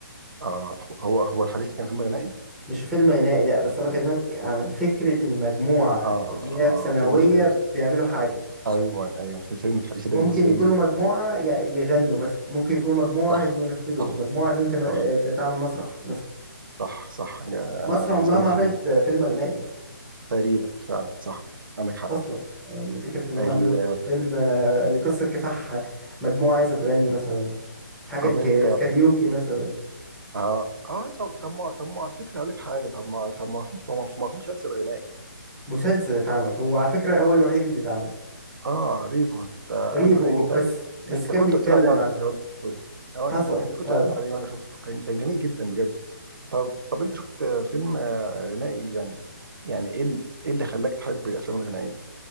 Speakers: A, on the right; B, in the centre.
A: آه هو هو الحريفه كان فيلم غنائي
B: مش فيلم غنائي لأ بس أنا بكلمك عن فكرة المجموعة
A: اه
B: اللي هي
A: اه
B: في ثانوية
A: فيلم الحريفه
B: بيعملوا حاجة
A: ايوه ايوه في فيلم الحريفه ده
B: ممكن
A: بالنسبه
B: يكونوا
A: لي
B: مجموعة ي- يغنوا مثلا ممكن يكونوا مجموعة
A: صح
B: عايزين يمثلوا
A: صح
B: مجموعة عايزين تم-
A: صح
B: ت- تعمل مسرح مثلا
A: صح صح جا-
B: مصر
A: انا بالنسبه
B: عمرها ما
A: لي فيلم
B: عملت فيلم غنائي
A: تقريبا فعلا صح عندك حق
B: اصلا يعني فكره انهم
A: ال...
B: يعملوا فيلم آه، لقصه كفاح مجموعه عايزه تغني مثلا حاجه
A: طب انت
B: الكاريوكي مثلا
A: اه اه طب طب ما طب ما على فكره اقول لك حاجه طب ما طب ما في طب ما ما في مسلسل غنائي
B: مسلسل اتعمل هو على فكره هو الوحيد اللي اتعمل
A: اه ريفو انت انا
B: ريفو
A: انت
B: بس بس
A: انت
B: كان
A: كنت
B: بيتكلم
A: قلت لي عليه على
B: عنه
A: فكره وانا شفته اه
B: حصل
A: انت انت كنت
B: فعلا
A: قلت لي عليه وانا شفته كان كان جميل جدا بجد طب طب انت شفت فيلم غنائي يعني يعني ايه ال- ايه اللي خلاك تحب الافلام الغنائيه